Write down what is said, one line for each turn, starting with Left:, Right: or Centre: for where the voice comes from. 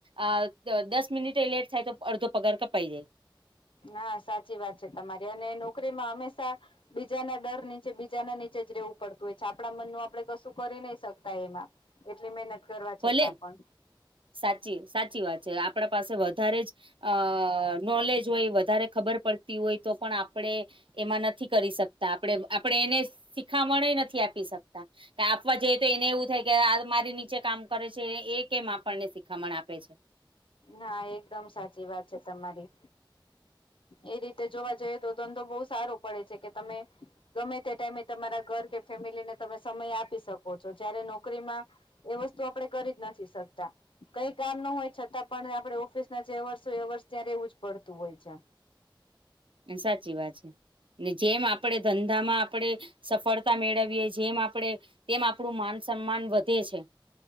Right: અ દસ મિનિ લેટ થાય તો અડધો પગાર કપાય જાય.
Left: હા સાચી વાત છે, તમારી અને નોકરીમાં હંમેશા બીજાના ડર નીચે બી બીજાના નીચે જ રહેવું પડતું હોય છે, આપણા મનનું આપણે કશું કરી નહી શકતા એમાં. એટલી મહેનત કરવા છતાં
Right: ભલે
Left: પણ
Right: સાચી સાચી વાત છે આપણા પાસે વધારે જ અ નોલેજ હોય વધારે ખબર પડતી હોય તો પણ આપણે એમાં નથી કરી શકતા આપણે આપડે એને સી શીખામણે નથી આપી શકતા કે આપવા જઈએ તો એને એવું થાય કે આ મારી નીચે કામ કરે છે, એ કેમ આપણને શીખામણ આપે છે.
Left: ના એકદમ સાચી વાત છે તમારી. એ રીતે જોવા જઈએ તો ધંધો બહુ સારો પડે છે કે તમે ગમે તે ટાઈમે તમારા ઘર કે ફેમિલીને તમે સમય આપી શકો છો, જયારે નોકરીમાં એ વસ્તુ આપણેે કરી જ નથી શકતા. કંઈ કામ ન હોય છતાં પણ આપણે ઓફિસના જે અવર્સ હોય એ અવર્સ ત્યાં રહેવું જ પડતું હોય છે.
Right: સાચી વાત છે ને જેમ આપડે ધંધામાં આપડે સફળ મેળવીએ, જેમ આપણેે તેમ આપણું માન સન્માન વધે છે.